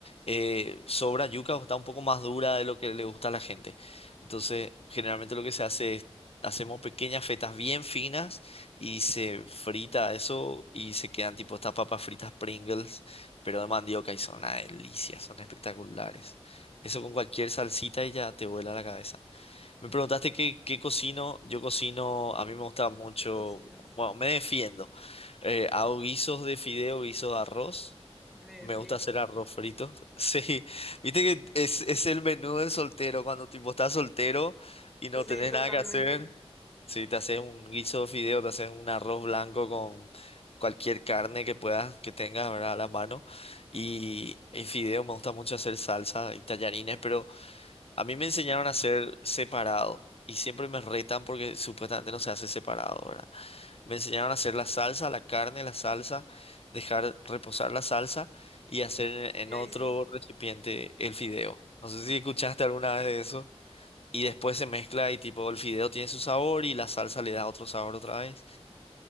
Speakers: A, on the left; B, in the centre.
A: eh, sobra yuca o está un poco más dura de lo que le gusta a la gente. Entonces, generalmente lo que se hace es, hacemos pequeñas fetas bien finas y se frita eso y se quedan tipo estas papas fritas Pringles pero de mandioca y son una delicia, son espectaculares. Eso con cualquier salsita y ya te vuela la cabeza. Me preguntaste qué, qué cocino. Yo cocino,
B: Sí,
A: a mí me gusta mucho,
B: ¿qué cocinas?
A: bueno, me defiendo. Eh, hago guisos de fideo, guisos de arroz.
B: Me
A: Me
B: defiendo.
A: gusta hacer arroz frito. <laughs> Sí, viste que es, es el menú del soltero, cuando tipo estás soltero y no
B: Sí,
A: tenés
B: totalmente.
A: nada que hacer. Sí, te haces un guiso de fideo, te haces un arroz blanco con cualquier carne que puedas, que tengas, ¿verdad? a la mano. Y, y fideo, me gusta mucho hacer salsa y tallarines, pero a mí me enseñaron a hacer separado y siempre me retan porque supuestamente no se hace separado, ¿verdad? Me enseñaron a hacer la salsa, la carne, la salsa, dejar reposar la salsa y hacer en
B: Y ahí
A: otro
B: sí.
A: recipiente el fideo. No sé si escuchaste alguna
B: Ok.
A: vez de eso. Y después se mezcla y tipo el fideo tiene su sabor y la salsa le da otro sabor otra vez.